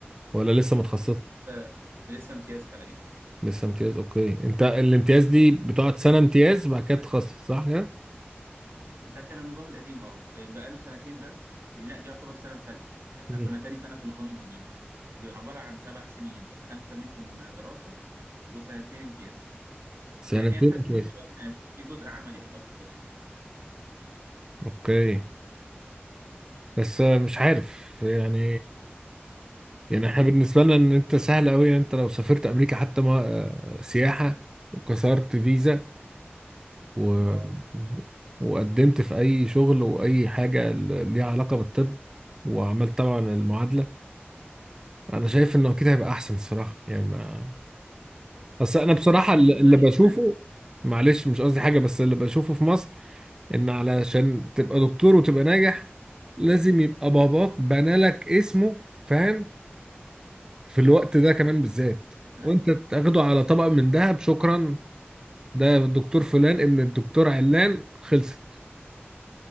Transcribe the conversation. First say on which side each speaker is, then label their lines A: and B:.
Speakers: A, on the right; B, on the right.
A: ولا لسه متخصص
B: آه، لسه امتياز حاليا
A: لسه امتياز اوكي انت الامتياز دي بتقعد سنة امتياز وبعد كده تتخصص صح كده
B: ده كان النظام القديم اه بقاله سنتين بس لا دي يعتبر السنه الثالثه احنا
A: مم.
B: كنا تاني سنه في النظام الجديد بيبقى عباره عن سبع سنين خمسه منهم دراسه وسنتين امتياز
A: سنتين
B: يعني لحد
A: امتياز
B: ما حلو إن في جزء عملي اكتر يعني
A: اوكي بس آه، مش عارف يعني يعني احنا بالنسبة لنا ان انت سهل قوي ان انت لو سافرت امريكا حتى ما آه، سياحة وكسرت فيزا و...
B: اه
A: وقدمت في اي شغل واي حاجة ل- ليها علاقة بالطب وعملت طبعا المعادلة انا شايف انه كده هيبقى احسن الصراحة يعني ما... بس انا
B: صدقني
A: بصراحة الل-
B: مش هكدب
A: اللي
B: عليك
A: بشوفه
B: <laughs> هنا
A: معلش مش قصدي حاجة بس اللي بشوفه في مصر ان علشان تبقى دكتور وتبقى ناجح لازم يبقى باباك بنالك اسمه فاهم في الوقت ده كمان بالذات
B: لا
A: وانت تاخده على طبق من دهب شكرا ده الدكتور فلان ابن الدكتور علان خلصت